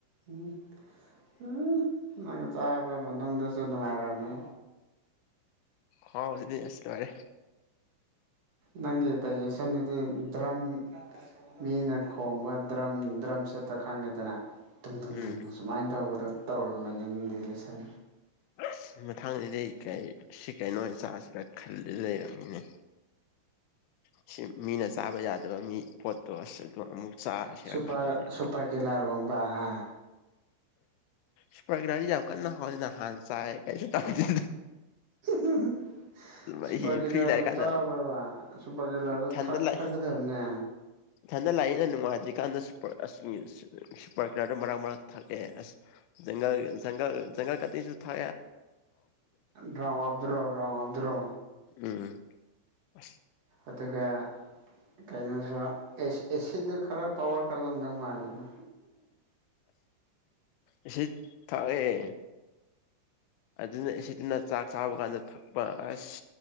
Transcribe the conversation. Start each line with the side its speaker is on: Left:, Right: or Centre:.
Right: ꯎꯝ ꯎꯝꯪ ꯆꯥꯕ ꯃꯗꯁꯨ ꯅꯨꯡꯉꯥꯏꯔꯝꯃꯤ
Left: ꯍꯥꯎ ꯁꯤꯗ ꯑꯁ ꯂꫭꯏꫪ‌ꯦ
Right: ꯅꯪꯒꯤ ꯗꯥꯏꯖꯦꯁꯟꯗꯨꯗꯤ ꯗ꯭ꯔꯝ ꯃꯤꯅ ꯈꯣꯡꯕ ꯗ꯭ꯔꯝ ꯗ꯭ꯔꯝ ꯁꯠꯇꫭ ꯈꯪꯉꯤꯗꯅ ꯇꯨꯡ-ꯗꯨꯡ-ꯗꯨꯡ
Left: ꯎꯝ
Right: ꯁꯨꯃꯥꯏꯅ ꯇꯧꯕꯗꯣ ꯇꯧꯔꯝꯃꯅꯤꯅ ꯗꯥꯖꯁꯟ
Left: ꯑꯁ ꯃꯊꯪꯁꯤꯗꯤ ꯀꯩ ꯁꯤ ꯀꯩꯅꯣ ꯑꯣꯏꯅ ꯆꯥꯁꯤꯔ ꯈꯜꯂ ꯂꯩꯔꯝꯃꯤꯅꯦ ꯁꯤ ꯃꯤꯅ ꯆꯥꯕ ꯌꯥꯗ ꯃꯤ ꯄꯣꯠꯇ ꯑꯁꯦ ꯑꯃꯨꯛ ꯆꯥꯔꯁꯤꯔ
Right: ꯁꯨꯄꯔ
Left: ꯈꯜꯂꯦ
Right: ꯁꯨꯄꯔ ꯀꯤꯂꯔꯒꯝꯕ ꯑ
Left: ꯁꯨꯄ꯭ꯔꯒ꯭ꯔꯥꯗꯤ ꯌꯥꯝ ꯀꯟꯅ ꯍꯅꯤꯅ ꯍꯥꯟꯅ ꯆꯥꯏ ꯀꯩꯁꯨ ꯇꯧꯗ
Right: ꯍꯤꯍꯤꯍꯤ <inaudible>
Left: ꯑꯩ
Right: ꯁꯨꯄ ꯀꯂꯥꯕꯨ
Left: ꯐ꯭ꯔꯤ ꯂꯥꯛꯏꯀꯥꯟꯗ
Right: ꯆꯥꯕ꯭ꯔꯕ ꯁꯨꯄ ꯀꯂꯥꯗ
Left: ꯏꯊꯟꯗ
Right: ꯊꯛ
Left: ꯂꯥꯛ
Right: ꯊꯛꯀꯗꯕꯅꯦ
Left: ꯏꯊꯟꯗ ꯂꯥꯛꯏꯅ ꯅꯨꯡꯉꯥꯏꯇ꯭ꯔꯤꯀꯥꯟꯗ ꯁꯨꯄꯔ ꯑꯁ ꯁꯨꯄꯔ ꯀꯤꯂꯔꯗꯣ ꯃꯔꯛ ꯃꯔꯛ ꯊꯥꯛꯑꯦ ꯑꯁ ꯪꯜ ꯪ ꯪꯒꯜ ꯀꯁꯨ ꯊ
Right: ꯔꯝ ꯑꯕꯗꯨ ꯔꯣ ꯔꯝ ꯑꯕꯗꯨ ꯔꯣ
Left: ꯎꯝ ꯑꯁ
Right: ꯑꯗꯨꯒ ꯀꯩꯅꯣꯁꯨ ꯑꯦꯁꯤꯗꯨ ꯈꯔ ꯄꯋꯥꯔ ꯀꯜꯂꯝꯗꯧ ꯃꯥꯜꯜꯂꯤꯕ
Left: ꯏ ꯊꯥꯛꯑꯦ ꯑꯗꯨꯅ ꯁꯤꯠꯇꯅ ꯆꯥꯛ ꯆꯥꯕ ꯀꯥꯟꯗ ꯊꯛꯄ ꯑꯁ